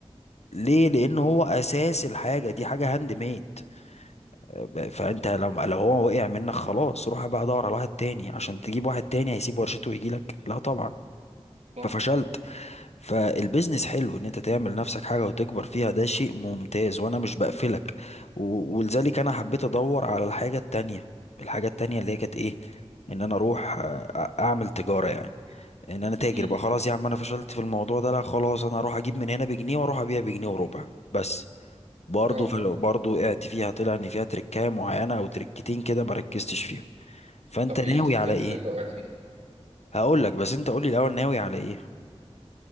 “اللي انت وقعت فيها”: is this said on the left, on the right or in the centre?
Right